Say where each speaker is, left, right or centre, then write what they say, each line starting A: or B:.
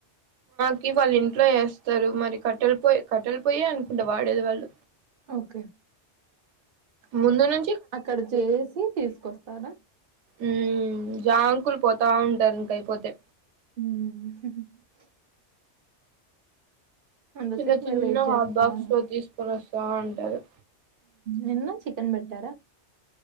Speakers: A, on the right; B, on the right.
A: ఇవి వాళ్ళ ఇంట్లో ఎస్తారు. మరి కట్టలుపో కట్టలి పోయ అనుకుంటే వాడేది వాళ్ళు.
B: ఓకే
A: ముందును
B: అక్కడ చేసి తీసుకొస్తారా.
A: ఉ, జాంకులు పోతా ఉంటరు. ఇంకా అయిపోతే.
B: మ్, హ హ అంతసేపు
A: చిన్న చిన్న
B: మీరు వెయిట్
A: హాట్
B: చేస్తా
A: బాక్స్
B: ఉన్నారు
A: లో తీసుకుని వస్తా అంటారు
B: నిన్న చికెన్ బెటరా